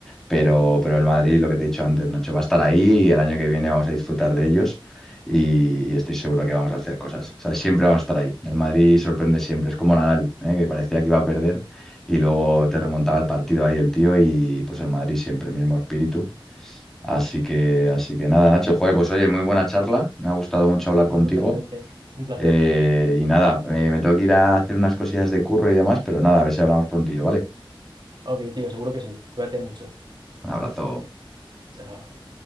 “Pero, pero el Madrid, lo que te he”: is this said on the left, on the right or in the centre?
Centre